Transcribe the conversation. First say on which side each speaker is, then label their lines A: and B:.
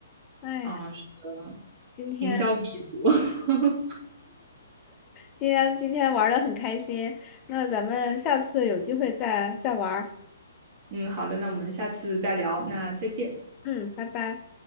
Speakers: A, on the left; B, on the right.
A: 哎，
B: 啊，是的，
A: 今天
B: 营销鼻祖。
A: 今天今天玩的很开心，那咱们下次有机会再再玩儿
B: <laughs> 嗯，好的，那我们下次再聊，那再见。
A: 嗯，拜拜。